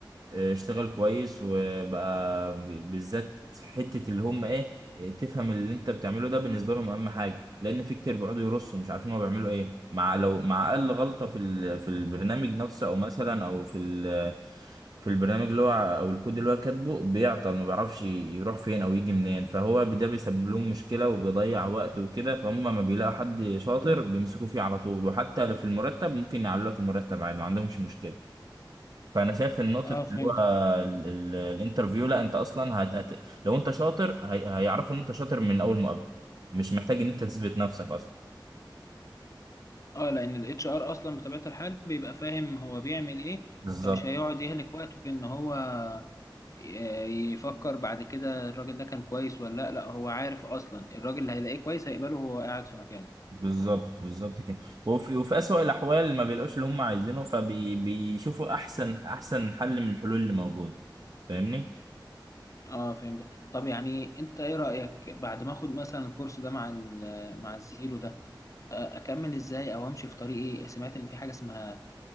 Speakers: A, on the right; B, on the left.
A: اشتغل كويس وبقى بالذات في حتة اللي هم ايه تفهم اللي انت بتعمله ده بالنسبة لهم اهم حاجة لان في كتير بيقعدوا يرصوا مش عارفين هو بيعملوا ايه مع لو مع اقل غلطة في ال- في البرنامج نفسه او مثلا او في ال في البرنامج اللي هو او الكود اللي هو كاتبه بيعطل ما بيعرفش يروح فين او يجي منين فهو ده بيسبب لهم مشكلة وبيضيع وقت وكده فهم ما بيلاقوا حد شاطر بيمسكوا فيه على طول وحتى لو في المرتب ممكن يعلوا لك المرتب عادي ما عندهمش مشكلة فانا شايف ان نقطه
B: اه
A: اللي
B: فهمتك
A: هو ال- ال- الانترفيو لا انت اصلا هت... هت... لو انت شاطر هي... هيعرفوا ان انت شاطر من اول مقابله مش محتاج ان انت تثبت نفسك اصلا
B: اه لان الاتش ار اصلا بطبيعه الحال بيبقى فاهم هو بيعمل ايه
A: بالظبط
B: فمش هيقعد يهلك وقته في ان هو ي- يفكر بعد كده الراجل ده كان كويس ولا لا لا هو عارف اصلا الراجل اللي هيلاقيه كويس هيقبله وهو قاعد في مكانه
A: بالظبط بالظبط كده وفي وفي اسوأ الاحوال ما بيلاقوش اللي هم عايزينه فبيشوفوا احسن احسن حل من الحلول اللي موجوده فاهمني
B: اه فهمت طب يعني انت ايه رأيك بعد ما اخد مثلا الكورس ده مع ال- مع الزيرو ده آه، اكمل ازاي او امشي في طريق ايه سمعت ان في حاجة اسمها